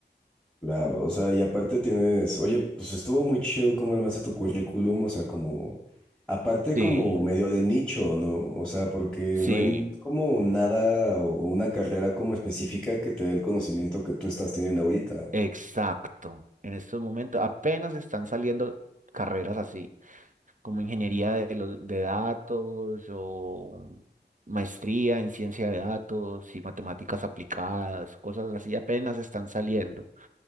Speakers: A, in the centre; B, on the right.
A: Claro, o sea, y aparte tienes, oye, pues estuvo muy chido cómo armaste tu currículum, o sea, como, aparte
B: Sí,
A: como medio de nicho, ¿no? O sea, porque
B: sí.
A: no hay como nada o una carrera como específica que te dé el conocimiento que tú estás teniendo ahorita.
B: Exacto. En estos momentos apenas están saliendo carreras así, como ingeniería de, los, de datos o maestría en ciencia de datos y matemáticas aplicadas, cosas así apenas están saliendo.